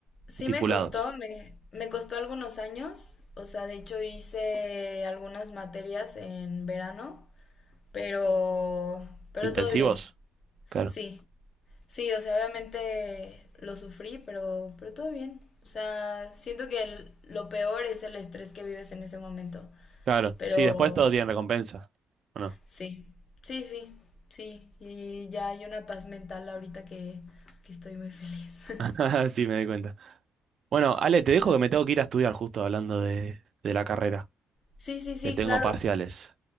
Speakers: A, on the left; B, on the right.
A: Sí
B: Estipulados.
A: me costó, me, me costó algunos años, o sea, de hecho hice algunas materias en verano, pero, pero
B: ¿Intensivos?
A: todo bien.
B: Claro.
A: Sí, sí, o sea, obviamente lo sufrí, pero, pero todo bien. O sea, siento que el- lo peor es el estrés que vives en ese momento,
B: Claro.
A: pero
B: Sí, después todo tiene recompensa. ¿O no?
A: Sí, sí, sí, sí. Y ya hay una paz mental ahorita que, que estoy muy feliz.
B: <laughs> Sí, me di cuenta. Bueno, Ale, te dejo
A: <laughs> Pero-
B: que me tengo que ir a estudiar justo hablando de, de la carrera,
A: Sí, sí, sí,
B: que tengo
A: claro.
B: parciales.